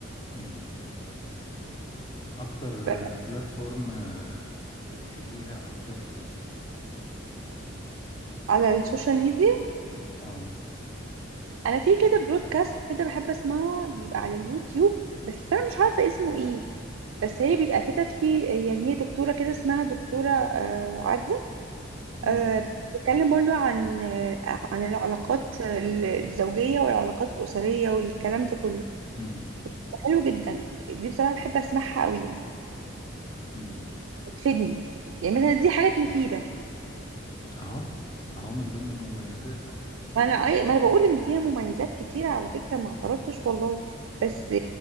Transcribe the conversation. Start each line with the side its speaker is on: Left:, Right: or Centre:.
Left: امم اكتر
Right: ف...
Left: بلاتفورم آه، بتحبيها اكتر ايه
Right: على السوشيال ميديا
Left: اه
Right: انا في كده برودكاست كده بحب اسمعه بيبقى على اليوتيوب بس انا مش عارفه اسمه ايه بس هي بيبقى كده في يعني هي دكتوره كده اسمها دكتوره آه، عزة
Left: امم
Right: أه بتكلم برضو عن آه، عن العلاقات الزوجية والعلاقات الأسرية والكلام ده كله
Left: امم
Right: بتبقى حلوة جدا دي بصراحة بحب أسمعها قوي يعني
Left: امم
Right: بتفيدني يعني مثلا دي حاجات مفيدة
Left: اهو اهو من ضمن المميزات اهو
Right: ما أنا أي ما أنا بقول إن فيها مميزات كتيرة على فكرة ما اعترضتش والله بس